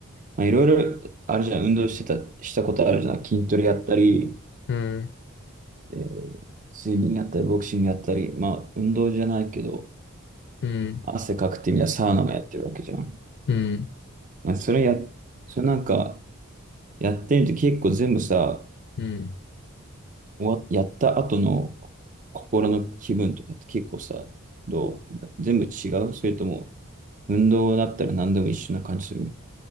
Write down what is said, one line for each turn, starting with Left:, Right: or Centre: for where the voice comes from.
Right: まあ、いろいろ、あれじゃん、運動してた、したことあるじゃん。筋トレやったり、
Left: うん、
Right: えー、スイミングやったり、ボクシングやったり、まあ、運動じゃないけど、
Left: うん、
Right: 汗かくってみたらサウナもやってるわけじゃん。
Left: うん、
Right: まあ、それや、それなんか、やってみて結構全部さ、
Left: うん。
Right: 終わやった後の心の気分とかって結構さ、どう全部違うそれとも、運動だったら何でも一緒な感じする。